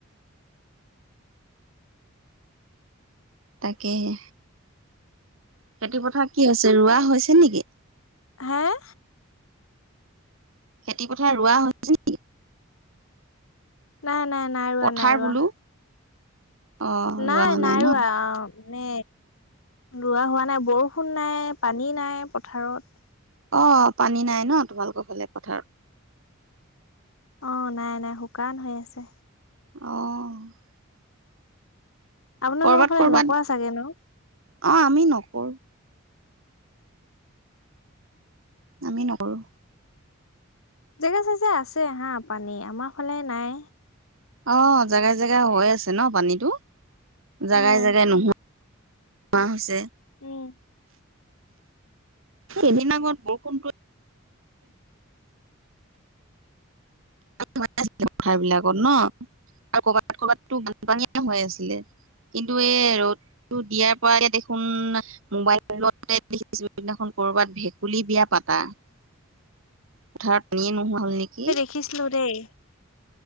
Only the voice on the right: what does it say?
তাকে হে খেতি পথাৰ কি হৈছে, ৰুৱা হৈছে নেকি?
খেতি পথাৰ ৰুৱা হৈছে <unintelligible>
পথাৰ
বোলো
অ ৰোৱা
হোৱা
ন
অ', পানী নাই ন' তোমালোকৰ ফালে পথাৰত।
অ',
কৰবাত
কৰবাত
অ', আমি নকৰোঁ। আমি নকৰোঁ।
অ', জেগাই জেগাই হৈ আছে ন' পানীতো, জেগাই
জেগাই নোহোৱা মাহ হৈছে
এদিন আগত বৰষুণটো <unintelligible> পথাৰ বিলাকত ন' আৰু কৰবাত কৰবাতো বানপানীয়ে হৈ আছিলে। কিন্তু এই ৰ'দটো দিয়াৰ পৰা দেখোন মোবাইলতে দেখিছো সেইদিনাখন কৰবাত ভেকুলী বিয়া পাতা। পঠাৰত পানীয়ে নোহাৱা হ'ল নেকি?